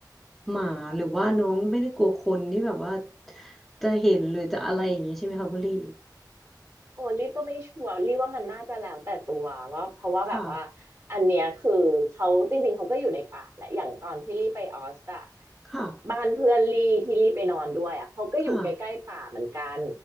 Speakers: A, in the centre; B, on the right.
A: หมาหรือว่าน้องไม่ได้กลัวคนที่แบบว่าจะเห็นหรือจะอะไรอย่างนี้ใช่ไหมคะคุณลี่
B: โอ้ลี่ก็ไม่ชัวร์ลี่ว่ามันน่าจะแล้วแต่ตัวว่าเพราะว่าแบบว่า
A: ค่ะ
B: อันเนี้ยคือเขาจริงๆเขาก็อยู่ในป่าแหละอย่างตอนที่ลี่ไปออสอะ
A: ค่ะ
B: บ้านเพื่อนลี่ที่ลี่ไปนอนด้วยอะเขาก็อยู่ใกล้ๆป่าเหมือนกัน
A: ค่ะ